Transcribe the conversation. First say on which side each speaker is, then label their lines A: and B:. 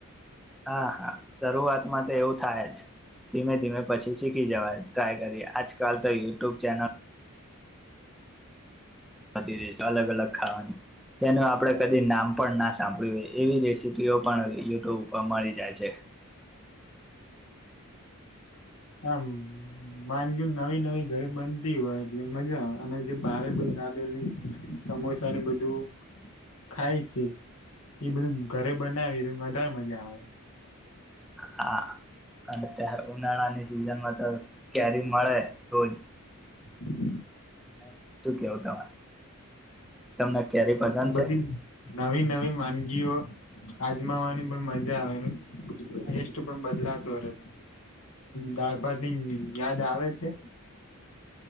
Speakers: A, in the centre; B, on the left (about 80°).
A: હા હા શરૂઆતમાં તો એવું થાય જ. ધીમે ધીમે પછી શીખી જવાય, ટ્રાય કરીએ આજકાલ તો યુટ્યુબ ચેનલ વધી રહી છે અલગ અલગ ખાવાની તેનું આપણે કદી નામ પણ ના સાંભળ્યું એ એવી રેસીપીઓ પણ યુટ્યુબ પર મળી જાય છે.
B: આમ માનજો નવી નવી ઘરે બનતી હોય એટલે મજા આવે અને જે બારે બધી દાબેલી, સમોસા ને બધું ખાય છે, એ બધું ઘરે બનાવી વધારે મજા આવે.
A: હા અત્યારે ઉનાળાની સિઝનમાં તો કેરી મળે રોજ.
B: <inaudible>
A: <inaudible> શું કેવ તમે? તમને કેરી પસંદ
B: અને બધી
A: છે
B: નવી નવી માન ગીઓ આજમાવાની પણ મજા આવે. ટેસ્ટ પણ બદલાતો રેય, દાળ ભત ની યાદ આવે છે?